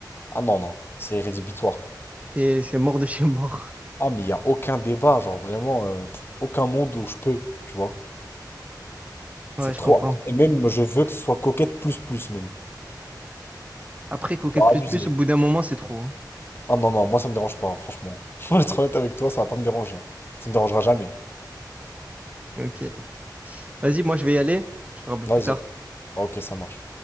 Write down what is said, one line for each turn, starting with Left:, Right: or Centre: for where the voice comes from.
Left: Ah non, non, c'est rédhibitoire.
Right: Et c'est mort de chez <laughs> mort.
Left: Ah, mais il y a aucun débat, genre, vraiment, euh, pff, aucun monde où je peux, tu vois.
Right: Ouais,
Left: C'est
Right: je
Left: trop.
Right: comprends.
Left: important. Et même, moi, je veux que ce soit coquette plus, plus, même.
Right: Après, coquette
Left: Genre,
Right: plus
Left: abusé.
Right: plus, au bout d'un moment, c'est trop. hein.
Left: Ah non, non, moi ça me dérange pas, hein, franchement. <laughs> Faut être honnête avec toi, ça va pas me déranger. hein. Ça me dérangera jamais.
Right: Ok. Vas-y, moi, je vais y aller. Je te rappelle
Left: Vas-y.
Right: plus tard.
Left: Ok, ça marche.